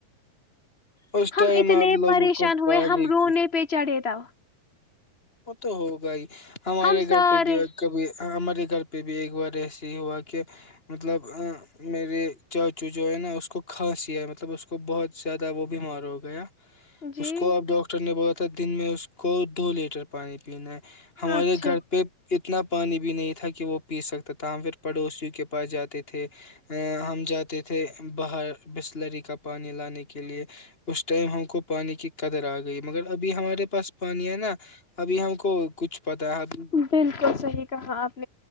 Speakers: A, on the left (about 15°); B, on the left (about 35°).
A: اس ٹائم
B: ہم اتنے
A: آپ لوگوں
B: پریشان
A: کو
B: ہوئے
A: پانی
B: ہم رونے
A: کی
B: پہ چڑھے تھے تا <unintelligible>
A: وہ تو ہوگا ہی <unintelligible> ہمارے
B: ہم سارے
A: گھر پہ کبھی <unintelligible> ہمارے گھر پہ بھی ایک بار ایسے ہی ہوا کہ مطلب میرے چاچو جو ہے نا اس کو کھانسییا مطلب اس کو بہت زیادہ وہ بیمار ہو گیا
B: جی
A: اس کو اب ڈاکٹر نے بہت <unintelligible> دن میں اس کو دو لیٹر پ پانی <unintelligible> پینا ہے ہمارے
B: اچھا
A: گھر پہ اتنا پانی بھی نہیں تھا کہ وہ پی سکتا تھا ہم پھر پڑوسیوں کے پاس جاتے تھے ا ہم جاتے تھے باہر بسلری کا پانی لانے کے لیے اس ٹائم ہم کو پانی کی قدر آ گئی مگر ابھی ہمارے پاس پانی ہے نا ابھی ہم کو کچھ پتا ہے ابھی
B: بالکل صحیح کہا آپ